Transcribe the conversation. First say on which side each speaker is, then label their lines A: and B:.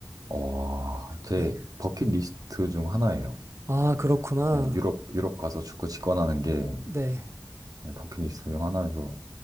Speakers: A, on the right (about 55°); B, on the right (about 35°).
A: 와, 제
B: 네.
A: 버킷리스트 중 하나예요.
B: 아, 그렇구나.
A: 네, 유럽, 유럽 가서 축구 직관하는 게
B: 네.
A: 네, 버킷리스트 중 하나여서